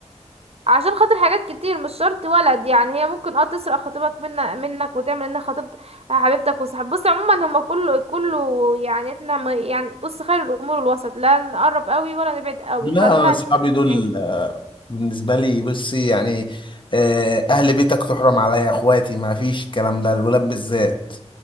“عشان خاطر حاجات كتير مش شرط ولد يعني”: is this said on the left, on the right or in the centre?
Right